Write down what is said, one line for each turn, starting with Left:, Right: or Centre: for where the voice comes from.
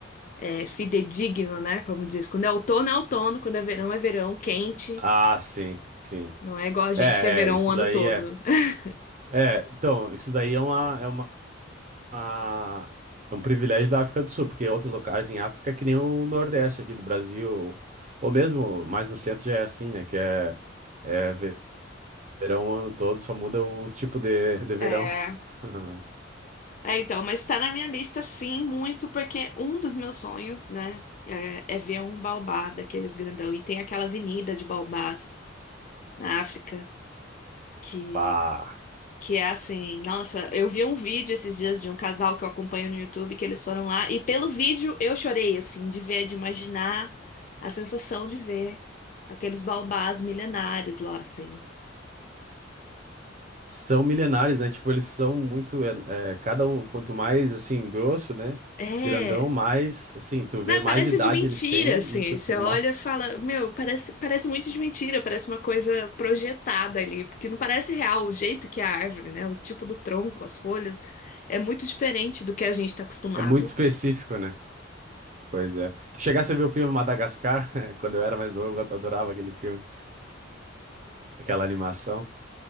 Left: é, fidedigno, né? Como diz, quando é outono é outono, quando é verão é verão, quente.
Right: Ah, sim, sim.
Left: Não é igual a gente
Right: É,
Left: que é verão
Right: é, isso
Left: o ano
Right: daí
Left: todo.
Right: é.
Left: <laughs>
Right: É, então, isso daí é uma, é uma uma- é um privilégio da África do Sul, porque outros locais em África, que nem o Nordeste aqui do Brasil, ou mesmo mais no centro já é assim, né? Que é, é ve- verão o ano todo, só muda o tipo de, de verão.
Left: É,
Right: <laughs>
Left: é então, mas tá na minha lista sim, muito, porque um dos meus sonhos, né, é, é ver um baobá daqueles grandão. E tem aquela avenida de baobás na África, que
Right: Bah.
Left: Que é assim, nossa, eu vi um vídeo esses dias de um casal que eu acompanho no YouTube, que eles foram lá, e pelo vídeo eu chorei, assim, de ver, de imaginar a sensação de ver aqueles baobás milenares lá, assim.
Right: São milenares, né? Tipo, eles são muito. É, é, cada um, quanto mais assim, grosso, né?
Left: É,
Right: Grandão, mais assim, tu vê
Left: né,
Right: mais
Left: parece
Right: idade
Left: de mentira,
Right: eles têm
Left: assim,
Right: e, tipo,
Left: você olha
Right: nossa,
Left: e fala, meu, parece, parece muito de mentira, parece uma coisa projetada ali, porque não parece real o jeito que é a árvore, né, o tipo do tronco, as folhas, é muito diferente do que a gente tá acostumado.
Right: é muito específico, né? Pois é. Tu chegasse a ver o filme Madagascar, <laughs> quando eu era mais novo, eu adorava aquele filme. aquela animação.